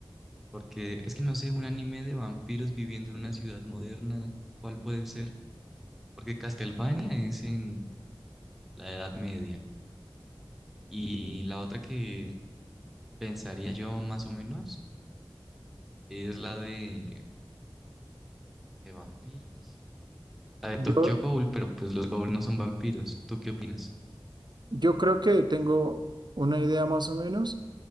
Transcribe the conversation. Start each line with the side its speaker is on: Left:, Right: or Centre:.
Centre: Porque es que no sé, un anime de vampiros viviendo en una ciudad moderna, ¿cuál puede ser? Porque Castlevania es en la Edad Media. Y la otra que pensaría yo más o menos es la de, de vampiros. La de
Right: Yo,
Centre: Tokyo Ghoul, pero pues los Ghoul no son vampiros. ¿Tú qué opinas?
Right: yo creo que tengo una idea más o menos.